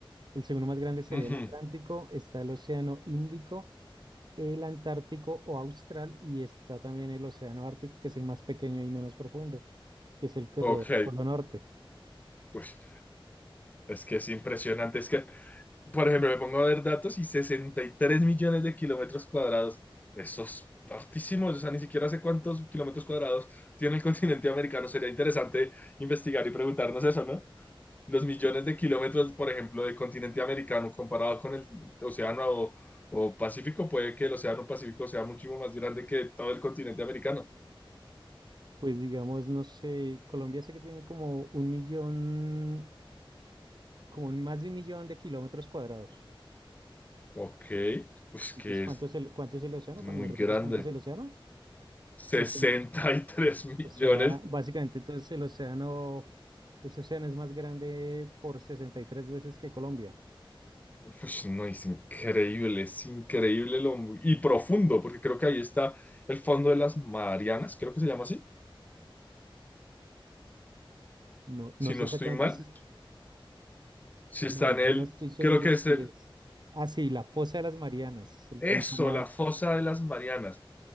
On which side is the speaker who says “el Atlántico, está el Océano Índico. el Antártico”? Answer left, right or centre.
Right